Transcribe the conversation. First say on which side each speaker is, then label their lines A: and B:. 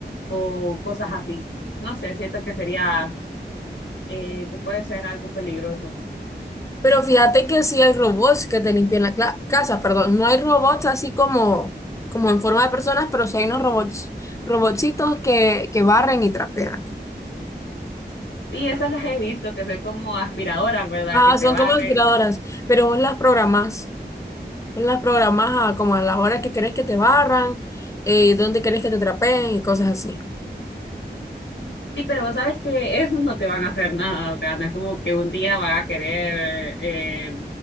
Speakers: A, on the left (about 85°); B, on the left (about 15°).
A: o cosas así. No sé, siento que sería, eh, que puede ser algo peligroso.
B: Pero fíjate que sí hay robots que te limpian la cla- casa, perdón. No hay robots así como, como en forma de personas, pero sí hay unos robots, robotcitos que, que barren y trapean.
A: Y esas las he visto, que son como aspiradoras, ¿verdad?
B: Ah,
A: Que te
B: son
A: barren
B: como aspiradoras, pero vos las programás. Vos las programás a como a la hora que querés que te barran, eh, dónde querés que te trapeen y cosas así.
A: Sí, pero vos sabes que esos no te van a hacer nada, o sea, no es como que un día van a querer, eh,